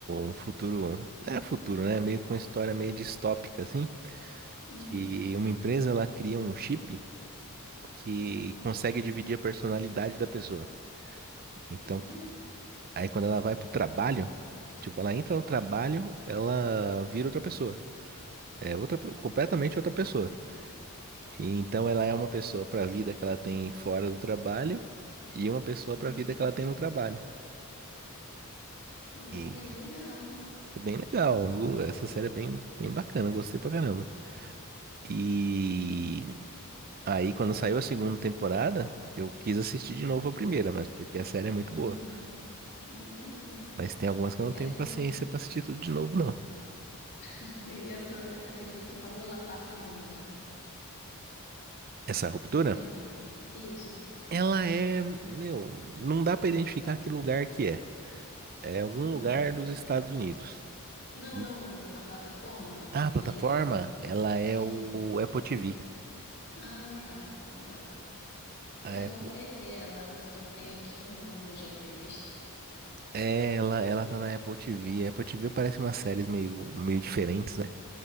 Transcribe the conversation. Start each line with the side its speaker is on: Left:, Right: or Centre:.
Right: um futuro. É futuro, né? Meio que uma história meio distópica, assim.
Left: Uhum.
Right: que uma empresa ela cria um chip que
Left: Hum,
Right: consegue dividir a personalidade da pessoa. Então,
Left: Olha.
Right: aí quando ela vai pro trabalho, tipo, ela entra no trabalho, ela vira outra pessoa. É outra, pe- completamente outra pessoa. E Então, ela é uma pessoa para a vida que ela tem fora do trabalho e uma pessoa
Left: Uhum.
Right: para a vida que ela tem no trabalho.
Left: Olha,
Right: E
Left: legal.
Right: é bem legal. Essa série é bem, bem bacana, eu gostei pra caramba. E Aí, quando saiu a segunda temporada, eu quis assistir de novo a primeira, mas porque a série é muito
Left: Uhum.
Right: boa.
Left: Ah, legal.
Right: Mas tem algumas que eu não
Left: Essa.
Right: tenho paciência pra assistir tudo de novo, não.
Left: <laughs> E essa, essa que você falou, ela passa onde?
Right: Essa ruptura,
Left: Você lembra? Isso.
Right: ela é, meu, não dá pra identificar que lugar que é. É algum
Left: Uhum.
Right: lugar dos Estados Unidos.
Left: Não,
Right: E
Left: não, a plataforma
Right: a plataforma,
Left: que.
Right: ela é
Left: Sim.
Right: o Apple TV.
Left: Ah, legal, legal. Porque
Right: A
Left: eu
Right: Apple,
Left: não conhecia ela, as que eu tenho aqui, eu não lembro de já ter visto.
Right: é, ela, ela tá na Apple TV. A Apple TV parece umas séries meio, meio diferentes, né?